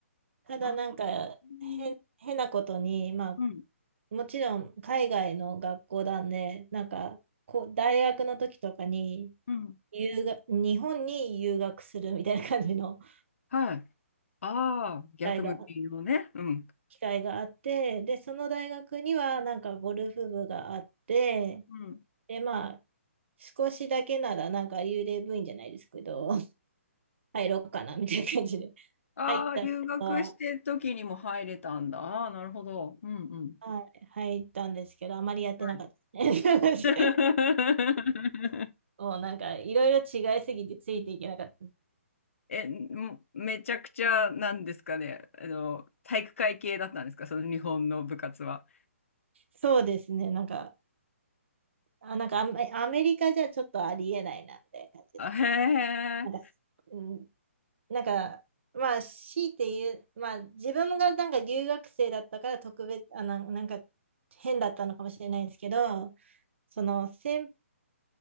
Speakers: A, on the right (about 55°); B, on the left (about 65°).
A: ただなんか変、
B: あ、あ、うん
A: 変なことに、ま
B: うん、
A: あ、もちろん海外の学校なんで、なんかこう大学の時とかに、
B: うん。
A: 留学、日本に留学するみたいな感じの機
B: はい。ああ、逆向きのね。
A: 会があっ
B: うん。
A: 機会があって、で、その大学にはなんかゴルフ部があって、
B: うん。
A: で、まあ、少しだけならなんか幽霊部員じゃないですけど、<laughs> 入ろうかなみたいな感じで
B: ああ、
A: 入ったのは
B: 留学してる時にも入れたんだ。ああ、なるほど。うんうん。
A: はい、入ったんですけど、あまりやってなかったですね。
B: はい。<laughs>
A: <laughs> もうなんかいろいろ違いすぎてついていけなかった。
B: え、もうめちゃくちゃ、なんですかね。あの、体育会系だったんですか、その日本の部活は。
A: そうですね、なんか、あ、なんかアメ、アメリカじゃちょっとありえないなみたいな感じの、
B: あ、へえ。
A: なんか、うんなんか、まあ、強いて言う、まあ、自分がなんか留学生だったから特別、あ、ななんか変だったのかもしれないんですけど、その、先